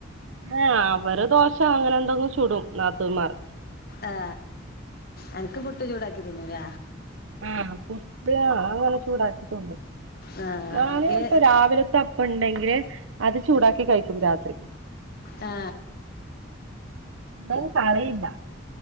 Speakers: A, on the right; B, on the left.
A: ആ ഒരു ദോശ അങ്ങനെ എന്തെങ്കിലും ചുടും നാത്തൂമാർ
B: ആ എനക്ക് പുട്ട് ചൂടാ തിന്നൂല്ല
A: ആ പുട്ട് അങ്ങനെ ചൂടാക്കി തിന്നും
B: ആ
A: ഞാന്
B: കേ
A: ഇപ്പൊ രാവിലത്തെ അപ്പ ഉണ്ടെങ്കില് അത് ചൂടാക്കി കഴിക്കും രാത്രി
B: ആ
A: അതിനു കറിയില്ല